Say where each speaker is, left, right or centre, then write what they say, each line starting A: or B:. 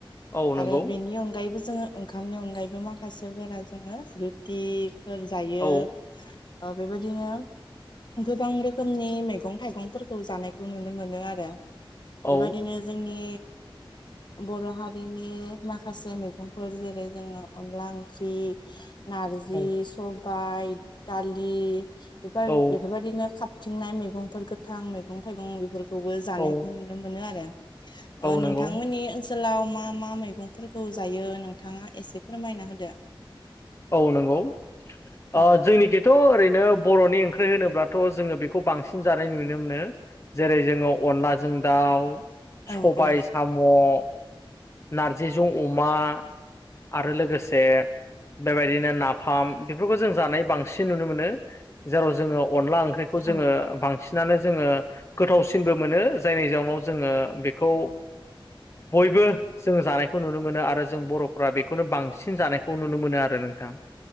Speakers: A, on the left; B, on the left.
A: औ नंगौ
B: आरो बेनि अनगायैबो जोंङो ओंखामनि अनगायैबो माखासेफोरा जोंङो रुटिफोर जायो।
A: औ
B: दा बेबायदिनो गोबां रोखोमनि मेगं- थाइगंफोरखौ जानायखौ नुनो मोनो आरो
A: औ
B: बेबायदिनो जोंनि बर' हारिनि माखासे मैगंफोर जेरै जोंङो अनला ओंख्रि नारजि
A: औ
B: सबायाइ दालि बेफोर
A: औ
B: बेफोरबायदिनो खा थिंनाय मैगंफोर गोथां मैगं थाइगं बेफोरखौबो जानायखौ
A: औ
B: नुनो मोनो आरो।
A: औ
B: ओ नोंथांमोननि
A: नंगौ
B: ओनसो ओनसोलाव मा मा मैगंफोरखौ जायो नोंथांङा एसे फोरमायना होदो।
A: औ नंगौ
B: औ
A: अ जोंनि थ' ओरैनो बर'नि ओंख्रि होनोब्लाथ' जोंङो बेखौ बांसिन जानाय नुनो मोनो जेरै जोंङो अनलाजों दाउ
B: औ
A: सबाय
B: औ
A: साम' <unintelligible> नारजिजों अमा आरो लोगोसे बेबायदिनो नाफाम बेफोरखौ जों जानाय बांसिन नुनो मोनो जेराव जोंङो अनला ओंख्रि बेखौ जोंङो
B: औ
A: बां बांसिनानो जोङो गोथावसिनबो मोनो जायनि जाउनाव जोङो बेखौ बयबो जों जानायखौ नुनो मोनो आरो जों बर'फोरा बेखौनो बांसिन जानायखौ नुनो मोन नो आरो नोंथां